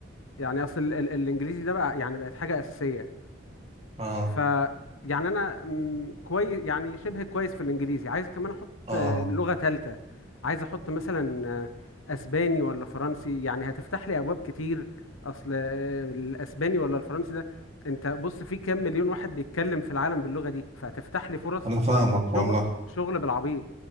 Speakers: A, on the left; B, on the right.
A: يعني اصل ال- ال- الانجليزي ده بقى يعني بقت حاجة اساسية
B: اه
A: ف يعني انا كويس يعني شبه كويس في الانجليزي عايز كمان احط
B: اه
A: آه، لغة ثالثة عايز احط مثلا آه، اسباني ولا فرنسي يعني هتفتح لي ابواب كتير اصل آه، الاسباني ولا الفرنسي ده انت بص في كام مليون واحد بيتكلم في العالم باللغة دي فهتفتح لي فرص
B: انا فاهمك
A: شغل
B: والله
A: شغل بالعبيط